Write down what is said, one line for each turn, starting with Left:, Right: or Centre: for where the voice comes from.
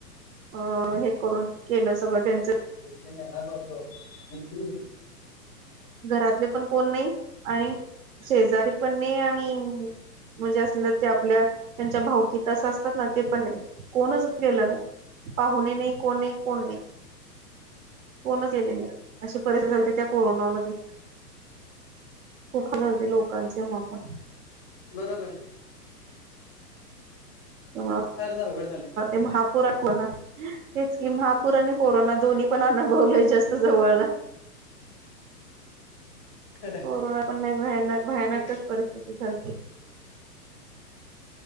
Right: अ हे करून केलं सगळं त्यांच
Left: तेच नेणार होतो तेच की
Right: घरातले पण कोण नाही आणि शेजारी पण नाही आणि म्हणजे असलं ते आपल्या त्यांच्या भाऊकी त असं असतात ना ते पण कोणच गेलं नाही. पाहुणे नाही कोण नाही कोण नाहीत कोणच केले नाही. अशी परिस्थिती चालते त्या कोरोनामध्ये खूप हाल झालते लोकांचे हा पण
Left: बरोबर आहे.
Right: ह <inaudible>
Left: फारच अवघड झालं.
Right: महापुर कोना तेचकी महापुर आणि कोरोना दोन्ही पण अनुभवले जास्त जवळन
Left: कड
Right: कोरोना पण लय भयान भयानकच
Left: <inaudible>
Right: परिस्थिती झालती